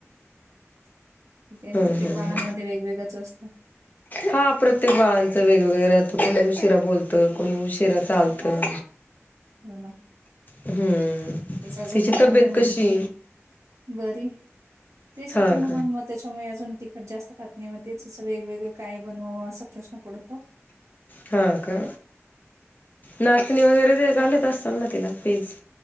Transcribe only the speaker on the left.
हम्म
हम्म
हा प्रत्येक बाळांचं वेगवेगळं राहतं कोणी उशिरा बोलतं कोणी उशिरा चालतं
हम्म
तिची
तब्येत
कशी
हा
का
हा का नाचणी वगैरे ते घालत असताल ना तिला पेज